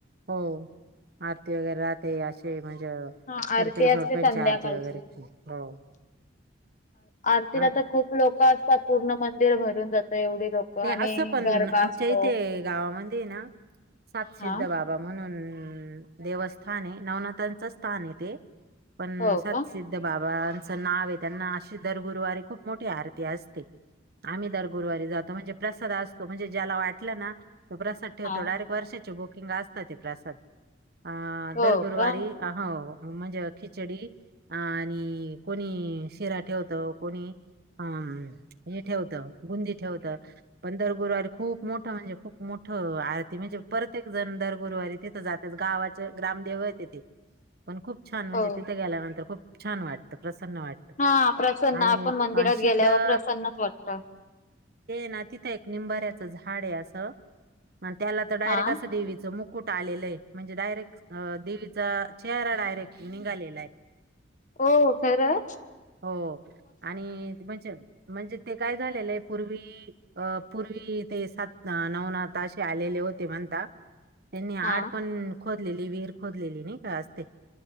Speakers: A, on the right; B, on the left.
A: हो आरती वगैरे राहते असे म्हणजे म्ह
B: हा
A: प्रतेक
B: आरती असते
A: जोडपची
B: संध्याकाळची
A: आरती वगैरे हो
B: आरतीला
A: आम
B: आता खूप लोक असतात पूर्ण मंदिर भरून जातात एवढी लोक आणि
A: असं पण
B: गरबा
A: आमच्या
B: असतो
A: इथे गावामध्ये ना सातसिद्ध
B: हा
A: बाबा म्हणून देवस्थान आहे नवनाथांचं स्थान आहे ते पण
B: हो
A: सत्सिद्ध
B: का
A: बाबा ना त्यांना अ दरगुरुवारी खूप मोठी आरती असते आम्ही दर गुरुवारी ज म्हणजे प्रसाद असतो म्हणजे ज्याला वाटला ना तो प्रसाद ठेवतो
B: हा
A: डायरेक्ट वर्षाची बु िंग असत ते प्रसाद अ
B: हो
A: दर गुरुवारी
B: का
A: हो म्हणजे खिचडी आणि कोणी शिरा ठेवत कोणी हम हे ठेवतं बुंदी ठेवतं पण दरगुरुवारी खूप मोठं म्हणजे खूप मोठं आरती म्हणजे प्रत्येक जण दरगुरुवारी तिथं जात गावाचे ग्रमदेव यते ते पण खूप छान म्हणजे
B: हो
A: तिथे गेल्यानंतर खूप छान वाटत प्रसन्न वाटत
B: हा प्रसन्न
A: आणि
B: आपण मंदिरात
A: चित्र
B: गेल्यावर प्रसन्नच वाटत
A: ना तिथं एक निंबाऱ्याच झाड आहे अस त्याला तर डायरेक्ट
B: हा
A: अस देच मु कुठं आलेलंय म्हणजे डायरेक्ट अ देवीचा चेहरा डायरेक्ट निघालेलाय
B: हो खरं
A: हो आणि म्हणजे म्हणजे ते काय झालेलं आहे पूर्वी अ पूर्वी ते सात नवनाताे आलेले होते म्हणता त्यांनी
B: हा
A: आड पण खोदलेली विर खोदलेली नाही का असते